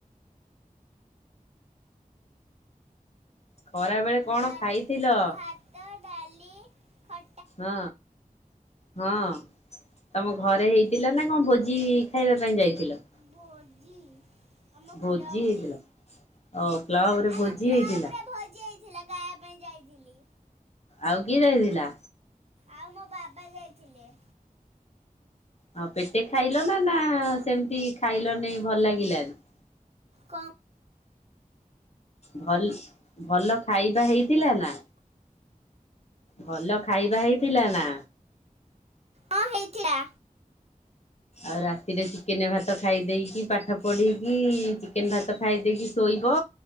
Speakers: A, on the left; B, on the right.
A: ଖରା ବେଳେ କଣ
B: ଭାତ୍
A: ଖାଇଥିଲ?
B: ଭା ଭାତ ଡାଲି ଖ
A: ହଁ। ହଁ ତମ ଘରେ ହେଇଥିଲା ନା କଣ ଭୋଜି ଖାଇବା ପାଇଁ ଯାଇଥିଲ?
B: ଭୋଜି। ଆମ
A: ଭୋଜି
B: କ୍ଲଵରେ
A: ହେଇଥିଲା ଓ କ୍ଲବରେ
B: ଆମ
A: ଭୋଜି
B: କ୍ଲବରେ
A: ହେଇଥିଲା
B: ଭଜି ହେ ଥିଲା ଖାଇବା ପାଇଁ ଯାଇଥିଲି।
A: ଆଉ କିଏ ଯାଇଥିଲା?
B: ଆଉ ମୋ ବାବା ଯାଇଥିଲେ।
A: ହଁ ପେଟେ ଖାଇଲ ନା ନା ସେମିତି ଖାଇଲ ନେହିଁ ଭଲ ଲାଗିଲାନେହଁ?
B: କଂ।
A: ଭଲ ଭଲ ଖାଇବା ହେଇଥିଲା ନା? ଭଲ ଖାଇବା ହେଇଥିଲା ନା?
B: ହଁ ହେଇଥିଲା।
A: ଆଉ ରାତିରେ ଚିକେନେ ଭାତ ଖାଇ ଦେଇେଇକି ପାଠ ପଢିକି ଚିକେନେ ଭାତ ଖାଇ ଦେଇେଇକି ଶୋଇବ